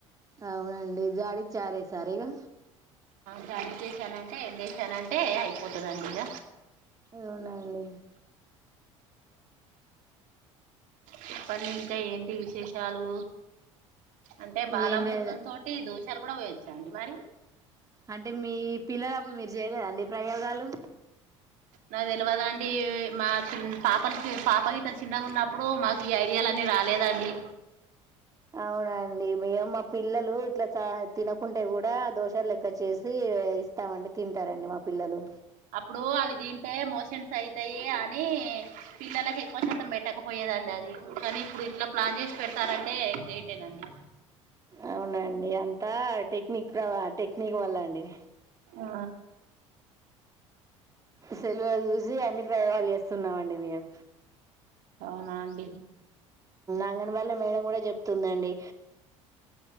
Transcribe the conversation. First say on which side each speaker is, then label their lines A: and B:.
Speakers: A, on the right (about 20°); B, on the right (about 55°).
A: అవునండి జాడిచ్చారేసారుగా
B: చాటింగ్ చేసానంటే ఎండసానంటే అయిపోతుందిండి ఇక
A: అవునాండి
B: చెప్పండి ఇంకా ఏంటి విశేషాలు అంటే బాలామృతం
A: ఏం లేదు
B: తోటి దోష లు కూడా పోయొచ్చా అండి మరి
A: అంటే మీ పిల్లల అప్పుడు మీరు జయలేదండి ప్రయోగాలు
B: నా తెలియదండి మా చి పాపలు పాప గత చిన్నగా ఉన్నప్పుడు మాకు ఈ ఐడియాలన్నీ రాలేదండి
A: అవునండి మేము మా పిల్లలు ఇట్లా చ తినకుంటే కూడా దోషాలు లెక్క చేసి ఇస్తామండి తింటారండి మా పిల్లలు
B: అప్పుడు అవి తింటే మోషన్స్ అయితాయి అని పిల్లలలకు ఎక్కువ శాతం పెట్టకపోయేదండి అది కానీ ఇప్పుడు ఇట్లా ప్లాన్ చేసి పెడతారంటే గ్రేట్ అండి
A: అవునండి అంతా టెక్నిక్ ప్రవాత టెక్నిక్ వల్ల అండి
B: ఆ
A: సెలవు చూసి అన్ని ప్రయోగాలు చేస్తున్నామండి మేము
B: అవునా అండి
A: అంగన వాళ్ల్ల మేడం కూడా చెప్ స్తుందండి